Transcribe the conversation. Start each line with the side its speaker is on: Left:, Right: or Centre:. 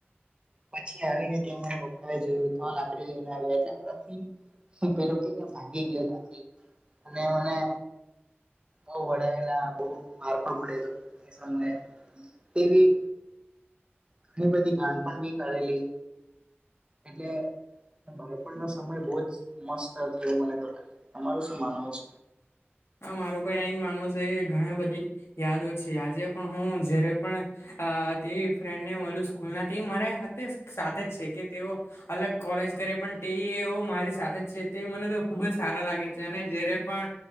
Right: પછી આવી ને ત્યાં મારા પપ્પા જોયું તો લાકડી લઈને આવ્યા એટલે બધા <unintelligible> પેલું કેને ભાગી ગયો ત્યાંથી, અને મને બહુ વડાયેલા બહુ માર પણ પડેલો એ સમયે. તે બી ઘણી બધી ગાંડપણ બી કરેલી. એટલે ને બાળપણનો સમય બહુ જ મસ્ત હતો, એવું મને તો લાગે છે. તમારું શું માનવું છ
Left: હા મારું પણ એ જ માનું છે, ઘણી બધી યાદો છે. આજે પણ હું જ્યારે પણ અહ તે ફ્રેન્ડ ને મલું સ્કૂલ ના તે મારા હાથે સાથે જ છે કે તેઓ અલગ કોલેજ કરે પણ તેવી એવો મારી સાથે જ છે, તે મને તો ખુબ જ સારા લાગે છે, અને જ્યારે પણ